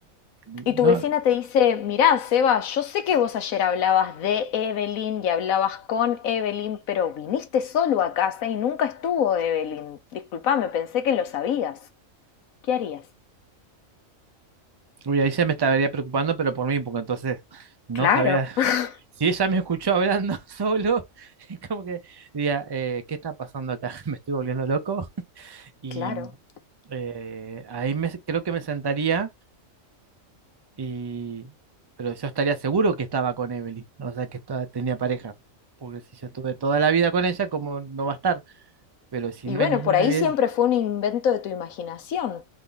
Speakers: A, on the right (about 35°); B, on the left (about 85°).
A: no,
B: Y tu vecina te dice, mirá, Seba, yo sé que vos ayer hablabas de Evelyn y hablabas con Evelyn, pero viniste solo a casa y nunca estuvo Evelyn. Disculpame, pensé que lo sabías. ¿Qué harías?
A: Uy, ahí ya me estaría preocupando, pero por mí, porque entonces no
B: Claro.
A: sabía. <laughs>
B: <laughs>
A: Si ella me escuchó hablando <laughs> solo, es como que diría, eh, ¿qué está pasando acá? <laughs> Me estoy volviendo loco. Y
B: Claro.
A: eh, ahí me, creo que me sentaría, y, pero yo estaría seguro que estaba con Evelyn, o sea, que estaba- tenía pareja. Porque si yo estuve toda la vida con ella, como no va a estar. Pero si
B: Y
A: no
B: bueno,
A: hay ninguna
B: por ahí
A: evidencia,
B: siempre fue un invento de tu imaginación.